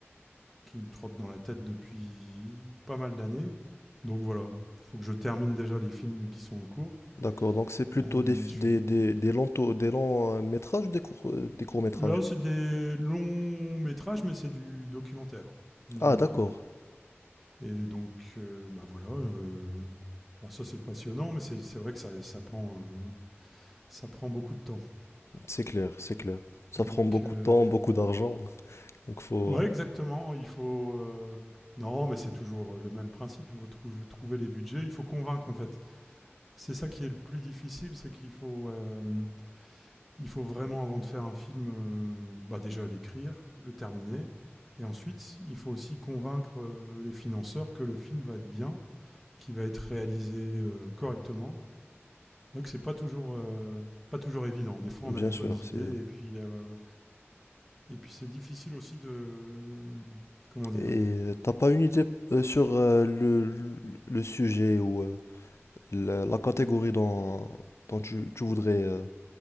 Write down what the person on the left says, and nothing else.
d'accord. Donc c'est plutôt
des, f-
des,
des, des longs, taux- des longs euh, métrages ou des courts, euh, des courts métrages?
Ah d'accord,
c'est clair, c'est clair. Ça
prend beaucoup
de temps, beaucoup d'argent. Donc faut...
euh,
Bien
sûr,
c'est...
Et euh, t'as pas une idée euh, sur euh, le, le- le sujet ou euh, la, la catégorie dans, dont tu, tu voudrais euh,